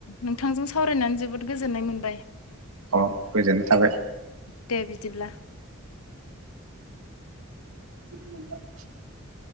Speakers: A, on the left; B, on the right.
A: नोंथांजों सा सावरायनानै जोबोद गोजोननाय मोनबाय।
B: औ गोजोननाय थाबाय
A: दे बिदिब्ला।
B: <unintelligible>